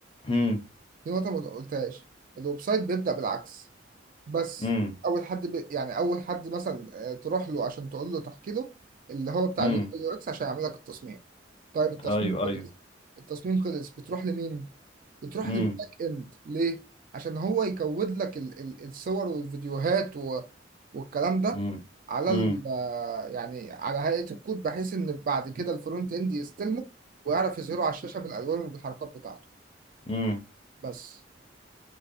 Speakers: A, on the left; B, on the right.
A: امم
B: في نقطة ما قلتهاش الويب سايت بيبدأ بالعكس بس
A: امم
B: اول حد ب... يعني اول حد مثلا آه، تروح له عشان تقول له تحكي له اللي هو بتاع
A: امم
B: اليو اكس عشان يعمل لك التصميم طيب التصميم
A: ايوه
B: خلص
A: ايوه
B: التصميم خلص بتروح لمين بتروح
A: امم
B: للباك اند ليه عشان هو يكود لك ال... ال... الصور والفيديوهات و... والكلام ده
A: امم
B: على
A: امم
B: ال... آه، يعني على هيئة الكود بحيث ان بعد كده الفرونت اند يستلمه ويعرف يظهره على الشاشة بالالوان وبالحركات بتاعته
A: امم
B: بس